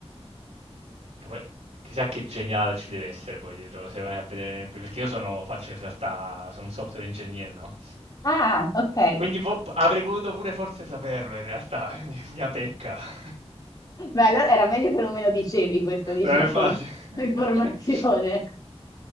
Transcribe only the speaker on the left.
Ah, ok.
Beh, allora era meglio che non me lo dicevi questa, diciamo,
<laughs> informazione.